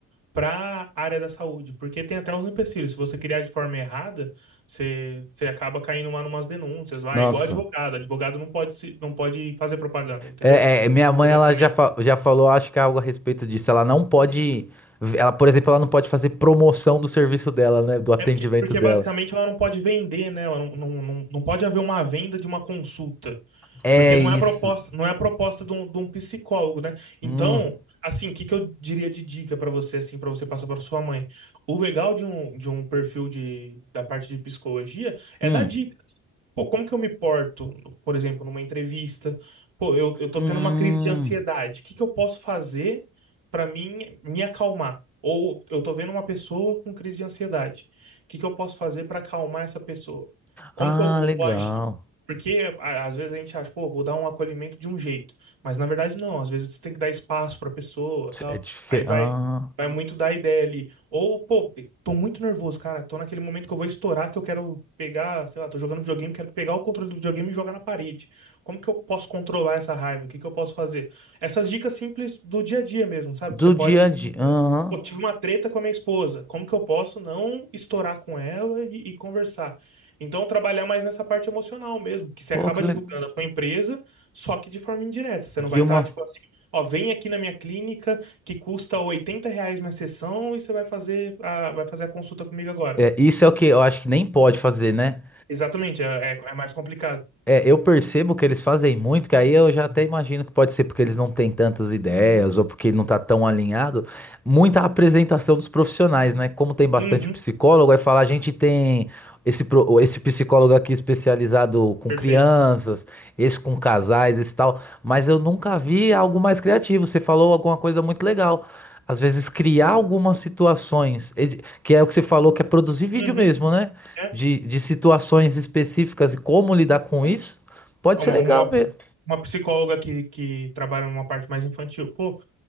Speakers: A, on the right; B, in the centre.
A: para a área da saúde, porque tem até uns empecilhos. Se você criar de forma errada, você, você acaba caindo lá numas denúncias, vai,
B: nossa.
A: igual advogado. Advogado não pode se, não pode fazer propaganda, entendeu?
B: É, é, minha mãe,
A: Diretamente.
B: ela já, fa- já falou, acho que é algo a respeito disso. Ela não pode. Ela, por exemplo, ela não pode fazer promoção do serviço dela, né? Do atendimento
A: É porque, porque
B: dela.
A: basicamente ela não pode vender, né? Ela não, não, não, não pode haver uma venda de uma consulta.
B: É
A: Porque não
B: isso.
A: é a proposta, não é a proposta de um, de um psicólogo, né? Então,
B: Hum,
A: assim, o que que eu diria de dica para você, assim, para você passar para sua mãe? O legal de um, de um perfil de, da parte de psicologia é
B: hum,
A: dar dicas Pô, como que eu me porto, por exemplo, numa entrevista? Pô, eu, eu tô
B: hum.
A: tendo uma crise de ansiedade. O que que eu posso fazer pra mim me acalmar? Ou eu tô vendo uma pessoa com crise de ansiedade. O que que eu posso fazer pra acalmar essa pessoa? Como
B: Ah,
A: que eu vou,
B: legal.
A: vou agir? Porque a- às vezes a gente acha, pô, vou dar um acolhimento de um jeito, mas na verdade não, às vezes você tem que dar espaço pra pessoa, tal.
B: É diferente.
A: Aí vai
B: Ah,
A: vai muito da ideia ali. Ou, pô, tô muito nervoso, cara. Tô naquele momento que eu vou estourar, que eu quero pegar, sei lá, tô jogando videogame, quero pegar o controle do videogame e jogar na parede. Como que eu posso controlar essa raiva? O que que eu posso fazer? Essas dicas simples do dia a dia mesmo, sabe?
B: do
A: Que você pode
B: dia a dia. Aham.
A: Pô, tive uma treta com a minha esposa. Como que eu posso não estourar com ela e, e conversar? Então, trabalhar mais nessa parte emocional mesmo, que você
B: Pô,
A: acaba
B: que
A: divulgando
B: legal.
A: a sua empresa, só que de forma indireta. Você
B: De
A: não vai
B: uma.
A: estar, tipo assim, ó, vem aqui na minha clínica que custa 80 reais minha sessão e você vai fazer a, vai fazer a consulta comigo agora.
B: É, isso é o que eu acho que nem pode fazer, né?
A: Exatamente, é, é- é mais complicado.
B: É, eu percebo que eles fazem muito, que aí eu já até imagino que pode ser porque eles não têm tantas ideias ou porque não tá tão alinhado. Muita apresentação dos profissionais, né? Como tem bastante
A: Uhum,
B: psicólogo, aí falar a gente tem esse, pro- esse psicólogo aqui especializado com
A: perfeito.
B: crianças, esse com casais, esse tal, mas eu nunca vi algo mais criativo. Você falou alguma coisa muito legal. Às vezes criar algumas situações, ed- que é o que você falou, que é produzir vídeo
A: Uhum,
B: mesmo, né?
A: é,
B: de, de situações específicas e como lidar com
A: é.
B: isso, pode
A: Uma,
B: ser legal
A: uma,
B: mesmo.
A: uma psicóloga que, que trabalha numa parte mais infantil. Pô,